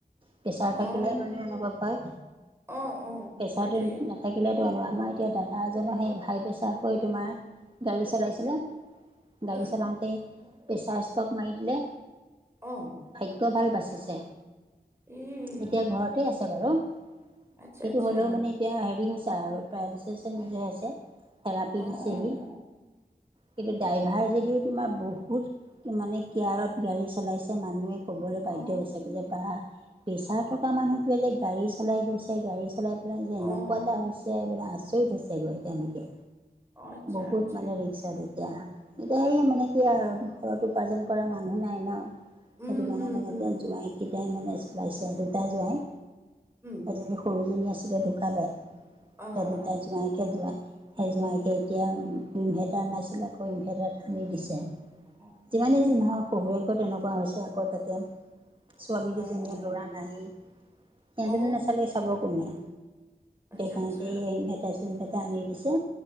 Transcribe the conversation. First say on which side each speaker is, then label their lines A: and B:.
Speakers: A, on the right (about 30°); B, on the right (about 15°).
A: প্ৰেছাৰ থাকিলে
B: অ
A: মানে
B: অ
A: অনুভৱ হয়
B: অ', অ'।
A: প্ৰেছাৰটো
B: হয়টোৱে।
A: নাথাকিলেতো আৰু আমাৰ এতিয়া দাদা এজনো সেই হাই প্ৰেছাৰ হৈ তোমাৰ গাড়ী চলাইছিলে
B: উম,
A: গাড়ী চলাওঁতে প্ৰেছাৰ ষ্ট্ৰোক মাৰি দিলে।
B: অ',
A: ভাগ্য ভাল বাচিছে
B: এই
A: এতিয়া ঘৰতেই আছে বাৰু
B: আচ্ছা
A: সেইটো
B: আচ্ছা,
A: হলেও মানে এতিয়া হেৰি হৈছে আৰু <unintelligible> নিজে হৈছে থেৰাপি
B: অ',
A: দিছেহি
B: অ',
A: কিন্তু ড্ৰাইভাৰ যদিও তোমাৰ বহুত মানে কেয়াৰত গাড়ী চলাইছে মানুহে ক'বলৈ
B: অ'।
A: বাধ্য হৈছে গে যে বা প্ৰেছাৰ থকা মানুহটোৱে যে গাড়ী চলাই গৈছে গাড়ী চলাই যে
B: অ'।
A: এনেকুৱা
B: অ',
A: এটা হৈছে মানে আচৰিত হৈছে গৈ তেনেকে
B: আচ্ছা
A: বহুত
B: আচ্ছা।
A: মানে ৰিক্স তাত এতিয়া এতিয়া সেই মানে কি আৰু ঘৰত উপাৰ্জন কৰা মানুহ নাই ন'
B: উম,
A: সেইটো কাৰণে
B: উম,
A: মানে
B: উম,
A: এতিয়া জোঁৱাই কেইটাই মানে চলাইছে দুটা জোঁৱাই
B: উম,
A: এজনী সৰুজনী আছিলে ঢুকালে,
B: অ',
A: এতিয়া দুতাই
B: অ'।
A: জোঁৱাইকৈ <unintelligible> সেই জোঁৱাইকে এতিয়া ইনভাৰ্টাৰ নাছিলে আকৌ ইনভাৰটাৰটো আনি দিছে।
B: অ',
A: যিমানেই যি নহক শহুৱেকৌ তেনেকুৱা হৈছে আকৌ তাতে ছোৱালী
B: অ',
A: দুজনীয়ে
B: অ',
A: ল'ৰা
B: অ',
A: নাই সিহঁতে
B: অ
A: নাচালে চাব কোনে?
B: আচ্ছা
A: গোটেইখিনতে
B: আচ্ছা,
A: মেটা চেটা আনি দিছে